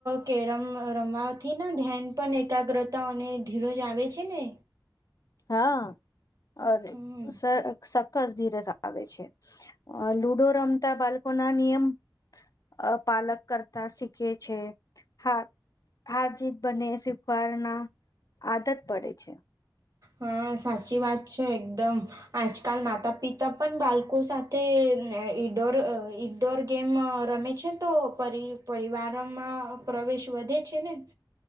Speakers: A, on the right; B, on the left.
A: કેરમ રમવાથી ધ્યાન. પણ એકાગ્રતા અને ધીરજ આવે છે ને.
B: હા. <unintelligible>
A: હમ
B: ધીરજ આવે છે, લુડો રમતા બાળકો ના નિયમ. અ, પાલન કરતા શીખે છે. હા. હાર-જીત બને શીખવાના આદત પડે છે.
A: હા, સાચી વાત છે એકદમ. આજકાલ માતા-પિતા પણ બાળકો સાથે ઈડોર ડોર ગેમ રમે છે, તો પરિ પરિવારમાં પ્રવેશ વધે છે ને.